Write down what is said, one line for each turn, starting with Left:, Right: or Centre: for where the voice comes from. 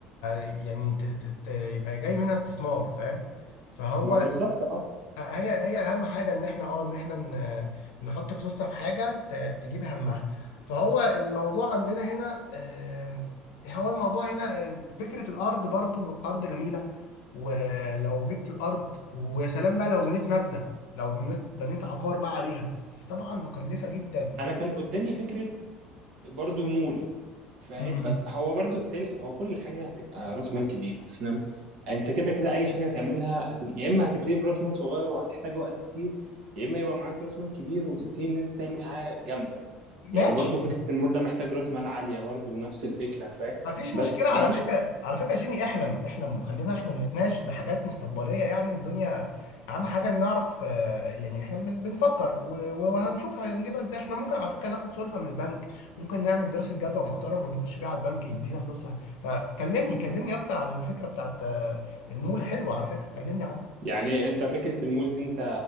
Left: يعني ت- ت- ت- يبقى جاي منها استثمار فاهم فهو
Right: ما بالظبط اه
Left: هي هي أهم حاجة إن إحنا أه إن إحنا ن- نحط فلوسنا في حاجة ت- تجيب همها فهو الموضوع عندنا هنا آم، هو الموضوع هنا آم، فكرة الأرض برضو أرض جميلة ولو جبت الأرض ويا سلام بقى لو بنيت مبنى لو بنيت بنيت عقار بقى عليها بس طبعا مكلفة جدا
Right: انا كان قدامي فكرة برضو مول فاهم
Left: مم.
Right: بس هو برضو ستيل هو كل حاجه هتبقى راس مال كبيره احنا م- انت كده كده اي حاجه هتعملها هت... يا اما هتبتدي براس مال صغير وهتحتاج وقت كتير يا اما يبقى معاك راس مال كبير وتبتدي ان انت تعمل حاجه جامده يعني
Left: ماشي
Right: برضو فكره المول ده محتاج راس مال عاليه برضو نفس الفكره فاهم
Left: ما فيش
Right: بس
Left: مشكلة على
Right: ما فيش
Left: فكرة على فكرة يا جيمي احلم احلم خلينا احنا بنتناقش لحاجات مستقبلية يعني الدنيا اهم حاجة إن نعرف آه، يعني احنا بن- بنفكر و- و- وهنشوف هنجيبها ازاي احنا ممكن على فكرة ناخد سلفة من البنك ممكن نعمل دراسة جدوى محترم ونخش بيها على البنك يدينا فلوسها فكلمني كلمني اكتر على الفكرة بتاعت آه، المول حلوة على فكرة كلمني عنها
Right: يعني انت فكره المول دي انت